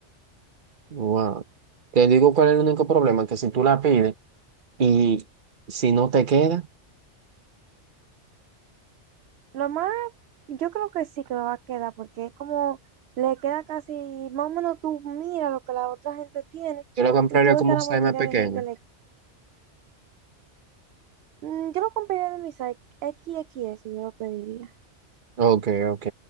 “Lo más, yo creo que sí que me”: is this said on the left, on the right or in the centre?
Right